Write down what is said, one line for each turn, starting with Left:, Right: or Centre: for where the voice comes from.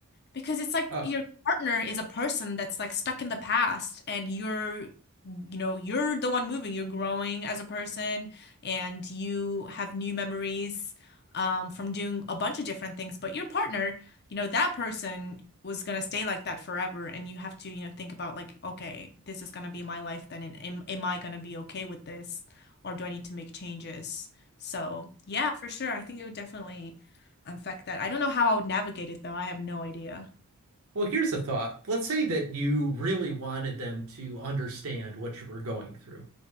Left: Because it's like
Right: Oh.
Left: your partner is a person that's like stuck in the past and you're, you know, you're the one moving. You're growing as a person and you have new memories um, from doing a bunch of different things. But your partner, you know, that person was gonna stay like that forever. And you have to, you know, think about like, okay, this is gonna be my life then. And am, am I gonna be okay with this? Or do I need to make changes? So yeah, for sure. I think it would definitely affect that. I don't know how I would navigate it though. I have no idea.
Right: Well, here's a thought. Let's say that you really wanted them to understand what you were going through.